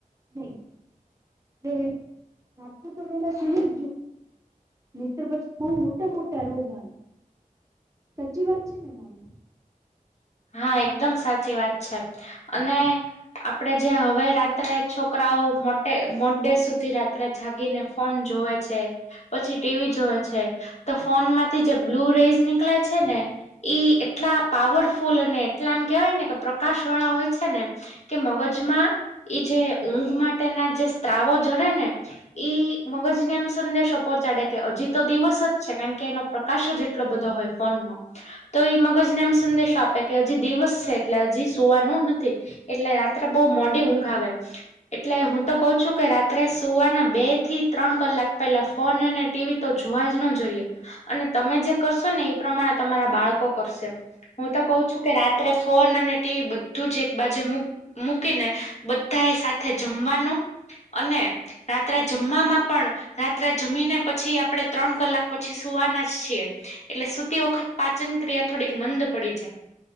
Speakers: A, on the right; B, on the left.
A: નહી રા તો પેલા સુઈ જ જવું. નીતર પછી બો મોટા મોટા રોગ આવે સાચી વાત છે, ને મારી?
B: હા એકદમ સાચી વાત છે. અને આપડે જે હવે રાત્રે છોકરાઓ મોટે મો ડે સુધી રાત ત્રે જાગીને ફોન જોવે છે. પછી ટીવી જોવે છે, તો ફોન માંથી જે બ્લુ રેઝ નીકળે છે, ને ઈ એટલા પાવરફુલ અને એટલા એમ કેહેવાય ને કે પ્રકાશ વાળા હોય છે ને એમ. કે મગજમાં ઇજે ઊંઘ માટેના જે સ્ત્રાવો ઝરે ને. ઈ મગજ ને એમ સંદેશો પહોંચાડે કે હજી તો દિવસ જ છે કારણ કે એનો પ્રકાશ જ એટલો બધો હોય. ફોન નો તો ઈ મગજ ને એમ સંદેશ આપ. કે હજી દિવસ છે એટલે હજી સુવાનું નથી એટલે રાત્રે બહુ મોડી ઊંઘ આવે. એટલે હું તો કઉ છું કે રાત્રે સુવાના બે થી ત્રણ કલાક પહેલા ફોન અને ટીવી તો જોવા જ ન જોઈએ અને તમે જે કરશો ને એ પ્રમાણે તમારા બાળકો કરશે. હું તો કઉ છું કે રાત્રે ફોન અને ટીવી બધું જ એક બાજે મુક. મૂકીને બધા એ સાથે જમવાનું અને. રાત્રે જમવામાં પણ રાત્રે જમીને પછી આપણે ત્રણ કલાક પછી સુવાના જ છીએ એટલે સુતી વખત પાચન ક્રિયા થોડીક મંદ પડી